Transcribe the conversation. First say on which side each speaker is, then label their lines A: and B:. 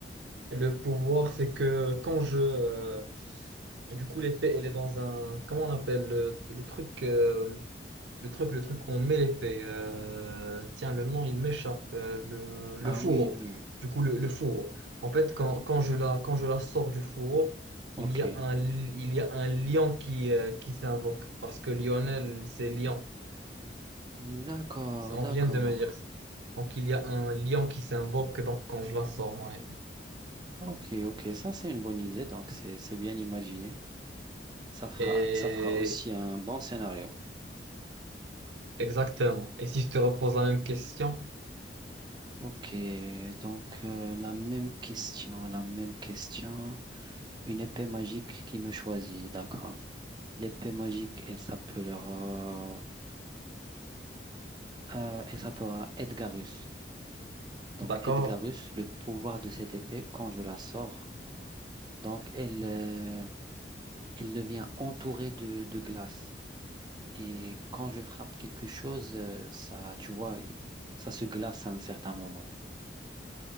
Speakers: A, on the right; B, on the right.
A: le pouvoir, c'est que quand je, euh, Du coup, l'épée, elle est dans un... Comment on appelle le, le truc euh, Le truc, le truc où on met l'épée. euh, tiens, le nom, il m'échappe. euh, le, le
B: Ah
A: fourreau.
B: oui, le...
A: Du coup, le, le fourreau. En fait, quand, quand je la, quand je la sors du fourreau,
B: Ok.
A: il y a un, li- il y a un lion qui, euh, qui s'invoque. Parce que Lionel, c'est lion.
B: D'accord,
A: On
B: d'accord.
A: vient de me dire ça. Donc, il y a un lion qui s'invoque donc, quand je la sors, mon épée.
B: Ok, ok, ça c'est une bonne idée, donc c'est c'est bien imaginé. Ça fera,
A: Et...
B: ça fera aussi un bon scénario.
A: Exactement. Et si je te repose la même question,
B: Ok, donc euh, la même question, la même question. Une épée magique qui me choisit, d'accord. L'épée magique, elle s'appellera, euh, euh, elle s'appellera Edgarus. Donc
A: d'accord?
B: Edgarus, le pouvoir de cette épée, quand je la sors, donc elle, euh, elle devient entourée de, de glace. Et quand je frappe quelque chose, euh, ça, tu vois, et- ça se glace à un certain moment.